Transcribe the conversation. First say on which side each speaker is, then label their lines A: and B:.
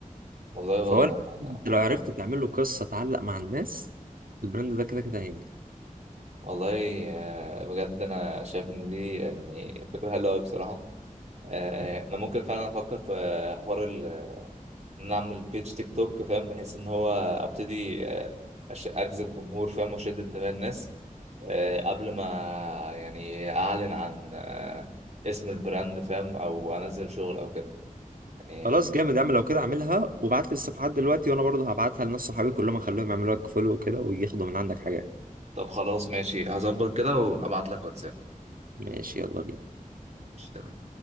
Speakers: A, on the right; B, on the right.
A: والله
B: فهو
A: و...
B: البراند لو عرفت
A: آه،
B: تعمل له قصه تعلق مع الناس البراند ده كده كده هينجح
A: والله آه، بجد انا شايف ان دي يعني فكره حلوه قوي بصراحه آه، انا ممكن فعلا افكر في حوار ان أنا اعمل بيج تيك توك فاهم بحيث ان هو ابتدي آه، أش- اجذب جمهور فاهم واشد انتباه الناس آه، قبل ما يعني اعلن عن آه، اسم البراند فاهم او انزل شغل او كده يعني
B: خلاص جامد يا عم لو كده اعملها وابعت لي الصفحات دلوقتي وانا برضه هبعتها لناس صحابي كلهم اخليهم يعملوا لك فولو وكده وياخدوا من عندك حاجات
A: طب خلاص ماشي هظبط كده وابعت لك واتساب
B: ماشي يلا بينا
A: ماشي، تمام